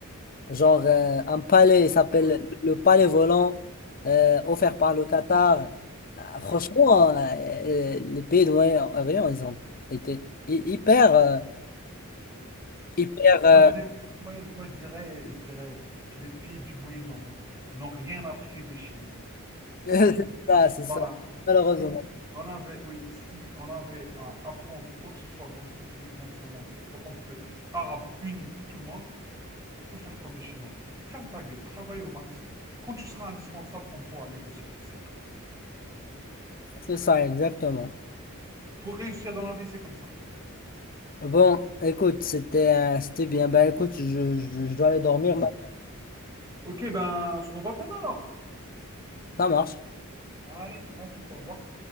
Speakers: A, on the left; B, on the right.
A: genre euh, un palais, il s'appelle
B: Ouais. Ouais.
A: le palais volant, euh, offert par le Qatar. Ah,
B: Oh,
A: Franchement,
B: Purée.
A: euh, euh, les pays de Moyen-Orient, ils ont été hy- hyper, euh, hyper, euh,
B: Moi, je, dis- moi, je- moi, je dirais, je dirais que les pays du Moyen-Orient n'ont rien appris des Chinois.
A: <laughs>
B: Si,
A: c'est ça, c'est
B: voilà,
A: ça, malheureusement.
B: si on avait, oui, si on avait à apprendre quoi que ce soit dans cette vie, dans ce monde, en tant qu'Arabes unis, tout le monde, faut faire comme les Chinois. Ferme ta gueule, travaille au max. Quand tu seras indispensable, on pourra négocier. C'est tout.
A: C'est ça, exactement.
B: Pour réussir dans la vie, c'est comme ça.
A: Bon, écoute, c'était euh, c'était bien. Ben écoute, je, je, je dois aller dormir
B: Hmm.
A: maintenant.
B: Ok, ben, on se revoit demain alors.
A: Ça marche.
B: Allez, à tout, au revoir.